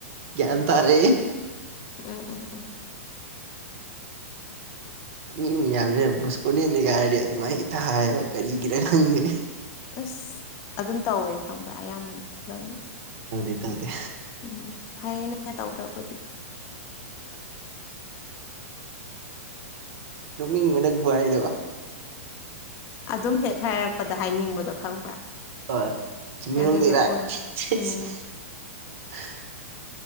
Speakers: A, on the right; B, on the left.
A: ꯒ꯭ꯌꯥꯟ ꯇꯥꯔꯛꯑꯦ
B: ꯎꯝ ꯎꯝ ꯎꯝ
A: ꯃꯤ ꯃꯌꯥꯝꯖꯦ ꯕꯣꯁꯀꯣꯅ꯭ꯌꯟꯅꯤꯒꯥꯏꯔꯗꯤ ꯑꯗꯨꯃꯥꯏ ꯍꯦꯛꯇ ꯍꯥꯢꯌꯦꯕ ꯀꯔꯤꯒꯤꯔꯥ ꯈꯪꯗꯦ
B: ꯑꯁ ꯑꯗꯨꯝ ꯇꯧꯋꯦ ꯈꯪꯕ꯭ꯔꯥ ꯑꯌꯥꯝꯕꯅ ꯂꯣꯏꯅ
A: ꯇꯧꯗꯦ ꯇꯧꯗꯦ
B: ꯎꯝ ꯐꯩꯅꯦ ꯇꯧꯗ꯭ꯔꯕꯨꯗꯤ
A: ꯅꯣꯛꯅꯤꯡꯕ ꯅꯪ ꯈꯨꯍꯥꯏꯗꯣ
B: ꯑꯗꯨꯝ ꯍꯦꯛ ꯍꯥꯏꯔꯛꯄꯗ ꯍꯥꯏꯅꯤꯡꯕꯗꯣ ꯈꯪꯕ꯭ꯔꯥ
A: ꯍꯣꯢ ꯆꯤꯡꯃꯩꯔꯣꯡꯗꯩꯔꯥ
B: ꯑꯗꯨꯗꯣ ꯑꯣꯏ
A: <unintelligible>
B: ꯎꯝ